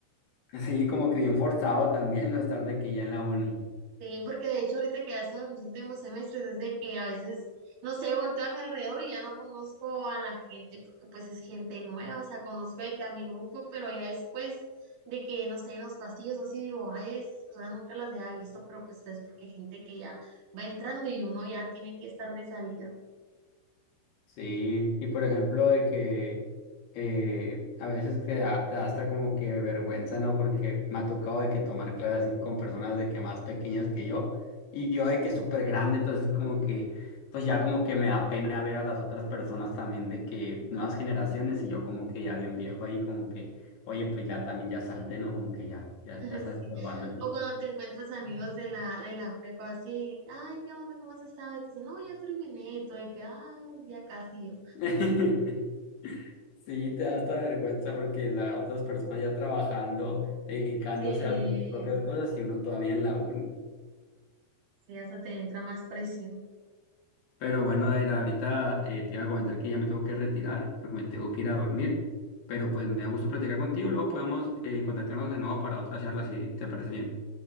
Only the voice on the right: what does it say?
Sí, porque de hecho ahorita que ya soy en mis últimos semestres es de que a veces, no sé, volteo a mi alrededor y ya no conozco a la gente porque pues es gente nueva, o sea, conozco de que a mi grupo, pero ya después de que, no sé, en los pasillos o así digo, ay, esas personas nunca las había visto, pero pues es porque hay gente que ya va entrando y uno ya tiene que estar de salida.
<laughs>
Sí.
O cuando te encuentras amigos de la, de la prepa, así, ay, ¿qué onda? ¿Cómo has estado? Y te dicen, no, ya terminé, y tú de que, ah ya casi yo.
Sí,
sí, hasta te entra más presión.